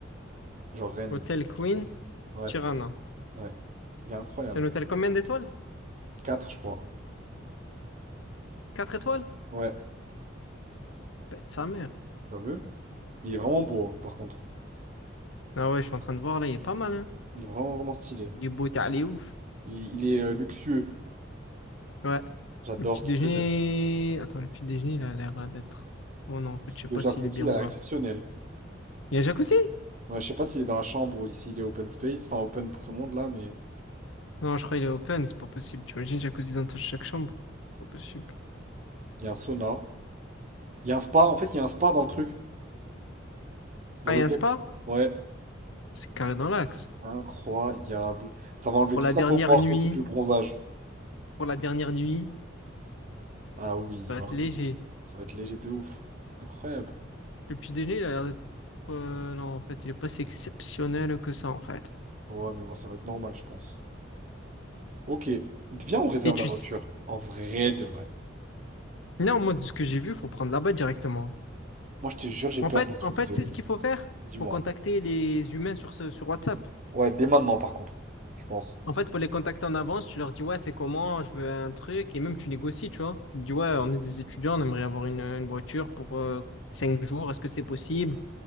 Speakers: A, on the right (about 40°); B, on the left (about 80°).
A: genre Rennes.
B: Hôtel Queen
A: Ouais,
B: Tirana.
A: ouais. Il est incroyable.
B: C'est un hôtel combien d'étoiles?
A: 4, je crois.
B: Quatre étoiles?
A: Ouais.
B: Pète sa mère.
A: Sérieux? Mais il est vraiment beau, hein, par contre.
B: Ah ouais, je suis en train de voir, là, il est pas mal, hein.
A: Il est vraiment, vraiment stylé.
B: Il est beau, t'es allé ouf.
A: Il, il est euh, luxueux.
B: Ouais.
A: J'adore
B: Le petit
A: tout
B: déjeuner.
A: ce que j'aime.
B: Attends, le petit déjeuner, il a l'air d'être. Oh non, en fait, je sais
A: Le
B: pas
A: jacuzzi,
B: s'il est bien
A: il
B: ou
A: a l'air
B: pas.
A: exceptionnel.
B: Il y a jacuzzi?
A: Ouais, je sais pas s'il est dans la chambre ou s'il est open space, enfin open pour tout le monde là, mais
B: Non, je crois qu'il est open, c'est pas possible. Tu imagines jacuzzi dans ta- chaque chambre? Pas possible.
A: il y a un sauna. Il y a un spa, en fait, il y a un spa dans le truc, dans
B: Ah,
A: l'hôtel.
B: il y a un spa?
A: Ouais,
B: C'est carré dans l'axe.
A: incroyable. Ça va enlever
B: Pour
A: toute
B: la dernière
A: la peau morte
B: nuit,
A: et tout du bronzage.
B: pour la dernière nuit,
A: Ah oui,
B: ça
A: bah
B: va être léger.
A: oui. Ça va être léger de ouf. Incroyable.
B: Le petit déjeuner, il a l'air d'être. euh, non, en fait, il est pas si exceptionnel que ça, en fait.
A: Ouais, mais bon, ça va être normal, je pense. Ok. Viens, on réserve
B: Et tu.
A: la voiture.
B: s-
A: En vrai de vrai.
B: Non, moi, de ce que j'ai vu, faut prendre là-bas directement.
A: Moi, je te jure, j'ai
B: En
A: peur
B: fait,
A: des trucs
B: en fait,
A: de...
B: c'est ce qu'il faut faire.
A: Dis-moi.
B: Faut contacter les humains sur ce, sur WhatsApp.
A: Ouais, dès maintenant, par contre, je pense.
B: En fait, faut les contacter en avance. Tu leur dis, ouais, c'est comment, je veux un truc. Et même, tu négocies, tu vois. Tu te dis, ouais, on est des étudiants, on aimerait avoir une, une voiture pour euh, cinq jours. Est-ce que c'est possible?